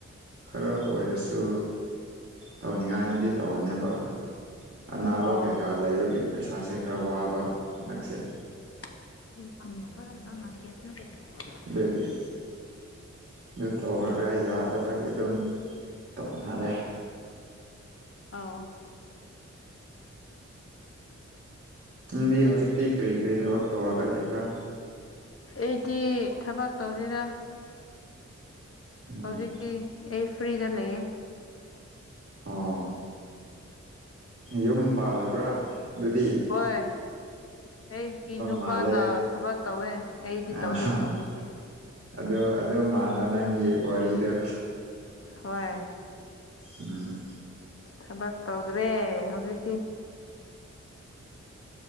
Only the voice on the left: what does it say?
ꯑꯥꯎ
<unintelligible>
ꯑꯥꯎ
ꯑꯩꯗꯤ ꯊꯕꯛ ꯇꯧꯗꯣꯗ
ꯍꯧꯖꯤꯛꯇꯤ ꯑꯩ ꯐ꯭ꯔꯤꯗ ꯂꯩꯌꯦ
ꯍꯣꯏ ꯑꯩꯒꯤ ꯅꯨꯄꯥꯅ
ꯊꯕꯛ ꯇꯧꯋꯦ ꯑꯩꯗꯤ
ꯇꯧꯗꯦ ꯍꯧꯖꯤꯛꯇꯤ
ꯍꯣꯏ
ꯊꯕꯥꯛ ꯇꯧꯗ꯭ꯔꯦ ꯍꯧꯖꯤꯛꯇꯤ